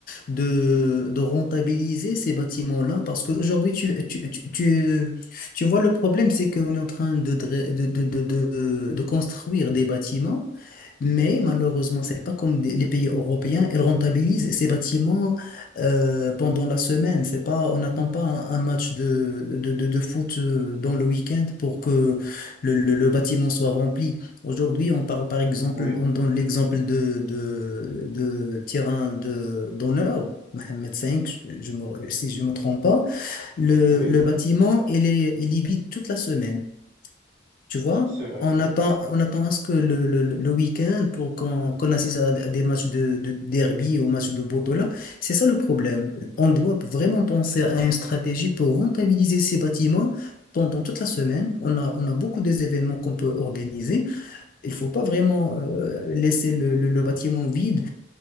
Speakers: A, on the left; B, on the right.
A: de, de rentabiliser ces bâtiments-là? Parce qu'aujourd'hui, tu, tu, tu, tu, tu vois, le problème, c'est qu'on est en train de, dra- de, de, de de- de construire des bâtiments. Mais malheureusement, c'est pas comme des- les pays européens, ils rentabilisent ces bâtiments euh, pendant la semaine. C'est pas, on n'attend pas un, un match de, de, de, de foot euh, dans le week-end pour que le, le- le bâtiment soit rempli. Aujourd'hui, on parle par exemple,
B: Oui,
A: on donne l'exemple de, de, de terrain de, d'honneur. Mohamed V, je, je me- si je ne me trompe pas, le,
B: oui,
A: le bâtiment, il est, il est vide toute la semaine. Tu vois,
B: c'est vrai.
A: on attend, on attend à ce que le, le, le le week-end pour qu'on qu'on assiste à à des matchs de, de derby ou matchs de Botola. C'est ça le problème. On doit vraiment penser à une stratégie pour rentabiliser ces bâtiments pendant toute la semaine. On a, on a beaucoup des événements qu'on peut organiser. Il faut pas vraiment euh, laisser le, le, le bâtiment vide